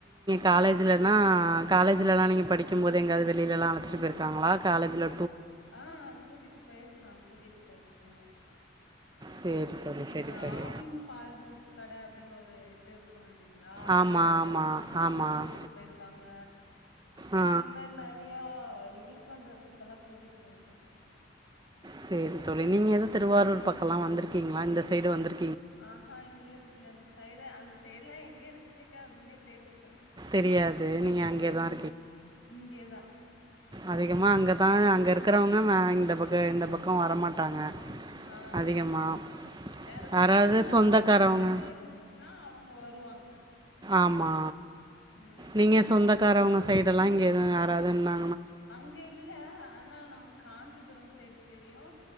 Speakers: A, on the right; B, on the left.
A: காலேஜ்லன்னா காலேஜ்லலா நீங்க படிக்கும் போது எங்காது வெளியிலெல்லா அழச்சிட்டு பேயிருக்காங்களா காலேஜ்ல
B: ஆஹ் கூட்டிட்டு போயிருக்காங் கூட்டிட்டு போயிரு ஆங்க
A: சரி தோழி
B: இந்த
A: சரி தோழி
B: ஆவின் பால் பூத் கட அப்டின்னு ஒரு இது இருக்கு பாத்தீங்லா ஆவின்
A: ஆமாம்
B: பால்
A: ஆமாம்
B: பூத் அங்க
A: ஆமாம்
B: கூட்டிட்டு போய்ற்காங்க
A: ஆ
B: இந்த மாரி நெறய டிவில் பண்ற எடத்துக்கெல்லா கூட்டிட்டு போயிருக்காங்க தோழி
A: சரி தோழி நீங்க எது திருவாரூர் பக்கல்லா வந்துருக் கீங்ளா இந்த சைடு வந்துரு
B: ஆஹா இல்ல தோழி அந்த சைடு அந்த சைடுல்லா எங்க இருக்கு கு அப்டினே தெரியாது
A: தெரியாது நீங்கள் அங்கே
B: உம்
A: தான்
B: இங்யேதா
A: அதிகமா அங்கதா அங்க இருக்கிறவங்க மே இந்த பக்க இந்த பக்கொ வரமாட்டாங்க
B: ஆஹ்
A: அதிகமாக
B: யாருக்காச்சு
A: யாராவது
B: ஊரு
A: சொந்தக்காரவங்க
B: அந்த மாதிரி இருந்துச்சுன்னா அவங்க வருவாங்
A: ஆமா
B: ம்
A: நீங்க சொந்தக்காரவங்க சைடெல்லா இங்கே எது யாராவது இருந்தா
B: அங்க இல்ல ஆனா நமக் காஞ்சிபுரம் சைடு தெரியு